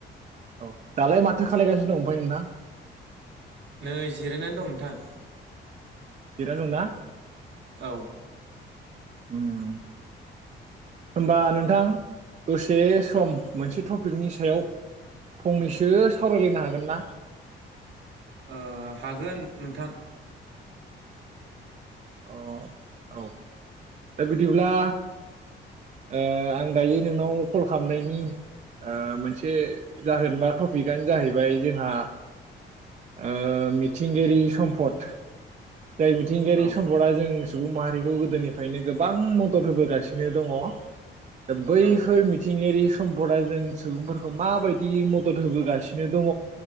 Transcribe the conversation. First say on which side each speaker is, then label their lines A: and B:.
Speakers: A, on the right; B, on the right.
A: औ दालाय माथो खालायगासिनो दं ओमफाय नोंना?
B: नै जिरायनानै दं नोंथां।
A: जिरायनानै दं ना?
B: औ।
A: उम। होनबा नोंथां दसे सम मोनसे टपिकनि सायाव फंनैसो सावरायलायनो हागोन ना?
B: ओ हागोन नोंथां।
A: औ दा बिदिब्ला ओ आं दायो नोंनाव कल खालामनायनि ओ मोनसे जाहोन बा टपिकआनो जाहैबाय जोंहा ओ मिथिंगायारि सम्पद जाय मिथिंगा सम्पदा
B: औ
A: जों सुबुं माहारिखौ गोदोनिफ्रायनो गोबां मदद होबोगासिनो दङ। दा बैफोर
B: औ
A: मिथिंगायारि सम्पदा जों सुबुंफोरखौ माबायदि म दद होबोगासिनो दङ